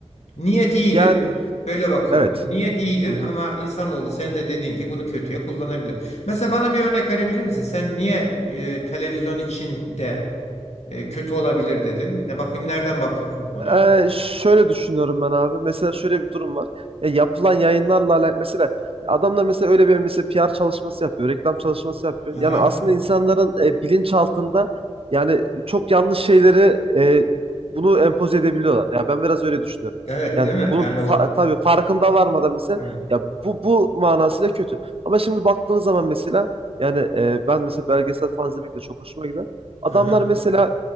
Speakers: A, on the left; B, on the right.
A: Niyet iyidir.
B: Yani
A: Böyle bakıyorum.
B: evet.
A: Yani niyet iyidir
B: Hı hı.
A: ama insanoğlu sen de dediğin gibi bunu kötüye kullanabilir. Mesela bana bir örnek verebilir misin? Sen niye e, televizyon için de e, kötü olabilir dedin? Ne bakayım nereden bakıyorsun konuya?
B: Ee, şöyle düşünüyorum ben abi. Mesela şöyle bir durum var. Ya yapılan yayınlarla alakalı mesela adamlar mesela öyle bir mesela PR çalışması yapıyor, reklam çalışması yapıyor.
A: Aha.
B: Yani aslında insanların e, bilinç altında yani çok yanlış şeyleri e, bunu empoze edebiliyorlar. Ya ben biraz öyle düşünüyorum.
A: Evet
B: Yani
A: değil mi?
B: bunun
A: Yani o
B: fa- tabii farkında varmadan mesela
A: Evet.
B: ya bu bu manasıyla kötü. Ama şimdi baktığınız zaman mesela yani e, ben mesela belgesel falan izlemek de çok hoşuma gider. Adamlar
A: Aha.
B: mesela